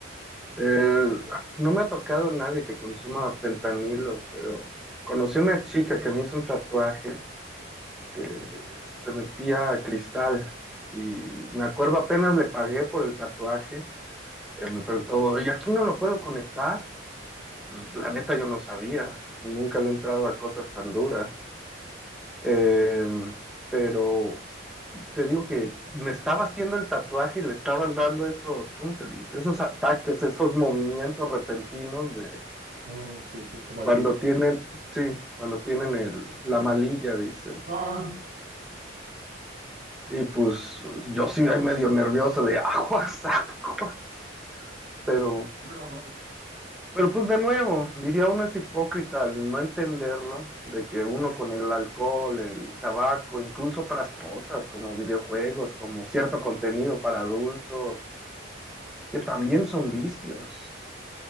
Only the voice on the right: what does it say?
Mm, que- que como
el beat.
Ah,
<laughs>